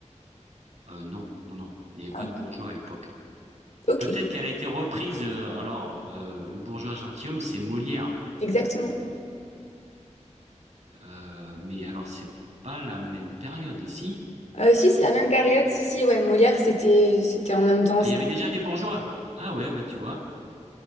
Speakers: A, on the right; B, on the left.
A: Euh, non, non, non, il n'y avait pas
B: Ah,
A: de bourgeois à l'époque.
B: ok,
A: Peut-être qu'elle a été reprise, euh, alors, euh, le bourgeois gentilhomme, c'est Molière,
B: exactement.
A: Euh, mais alors, c'est pas la même période, si?
B: Euh, si, c'est la même période. Si, si, ouais, Molière, c'était, c'était en même temps.
A: Ah,
B: c'était-
A: il y avait déjà des bourgeois. Ah ouais, bah tu vois,